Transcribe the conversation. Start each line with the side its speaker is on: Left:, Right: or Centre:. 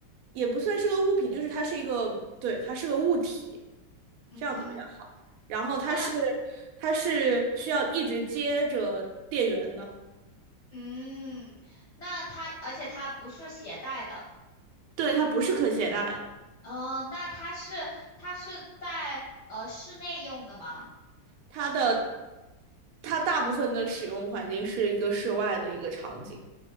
Right: 也不算是个物品，就是它是一个，对，它是个物体，
Left: 嗯，
Right: 这样子比较好。然后它是
Left: 那
Right: 它是需要一直接着电源的，
Left: 嗯，那它而且它不是携带的，
Right: 对，它不是可携带的，
Left: 呃，那它是它是在呃室内用的吗？
Right: 它的它大部分的使用环境是一个室外的一个场景。